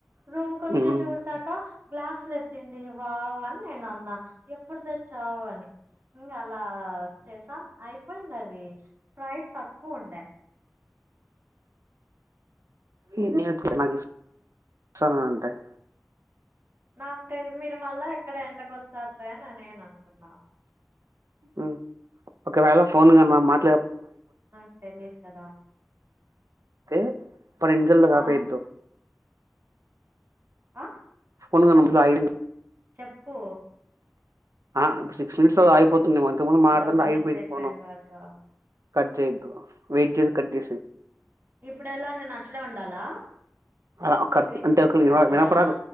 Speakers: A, on the right; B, on the right.
A: రూమ్
B: చెప్పు
A: కి వచ్చి చూసాక గ్లాసులు ఎత్తింది వావ్ అని నేను అన్నా ఎప్పుడు తెచ్చావు అని ఇంకా అలా చేసాం అయి ఏంది ఆది స్పైర్ట్ తక్కువ ఉండే
B: ఈ నేను నాకు ఇ ఇస్తాంటాయి
A: నాకు తెలియాదు మీరు మళ్ళా ఎక్కడ ఎండకు వస్తారులే అని నేను అనుకున్నా
B: ఉ ఒకవేళ ఫోన్ కనక మాట్ల
A: నాకు తెలియాదు కదా
B: అయితే పరెంజల్ గాపేద్దు
A: ఆ ఆ
B: ఫోన్ గన్ మద్యలో ఆగిందు
A: చెప్పు
B: ఆ సిక్స్ మినిట్స్ ఆగిపో ఇంతకు ముందు మాట్లాడుతుంటే
A: ట్వెల్వ్ మినిట్స్
B: అగి పోయింది
A: అయిపోయేంత
B: ఫోను
A: వరకా
B: కట్ చేయద్దు వెయిట్ చేసి కట్ చెసేయ్
A: ఇప్పుడు ఎలా నేను అట్లే ఉండాలా
B: అలా కట్
A: వెయిట్
B: అంటే
A: చేసి
B: ఒక
A: కట్ చేయాలా
B: వినపరా